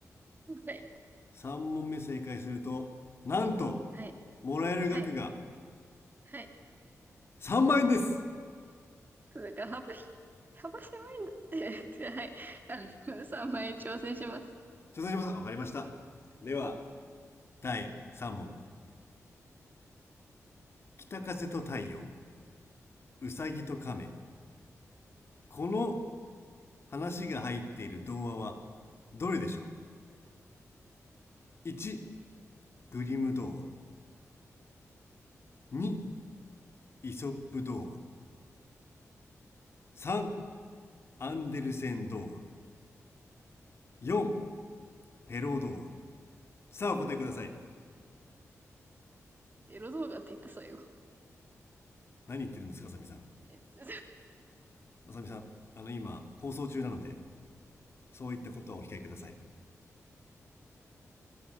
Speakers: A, on the right; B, on the left.
A: はい。
B: 3問目正解すると、なんと、
A: はい。
B: もらえる額が
A: はい。はい。
B: 3万円です
A: そうだから、幅ひ、幅狭いんだって。<laughs> はい。あの、3万円挑戦します。
B: 挑戦します。わかりました。では、第3問。北風と太陽、うさぎと亀。この話が入っている童話は、どれでしょう ?1、グリム童話。2、イソップ童話。3、アンデルセン童話。4、ペロー童話。さあお答えください
A: エロ動画って言った最後。
B: 何言ってるんですかあさみさん
A: <laughs> えっと
B: あさみさんあの今放送中なのでそういったことはお控えください